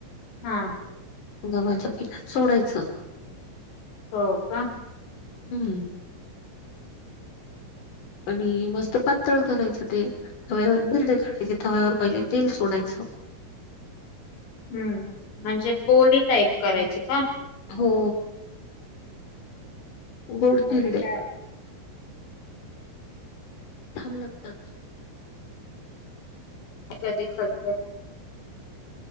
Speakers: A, on the left; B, on the left.
A: हा.
B: गव्हाच्या पीठात सोडायचं.
A: हो का.
B: हम्म. आणि मस्त पातळ करायचं ते. तव्यावर बिर्डे काढायचे, तव्यावर पहिले तेल सोडायचं
A: हम्म,, म्हणजे पोळी टाईप करायची का?
B: हो. गोड धिरडे.
A: अच्छा.
B: छांन लागतात.
A: मी कधी खाल्ले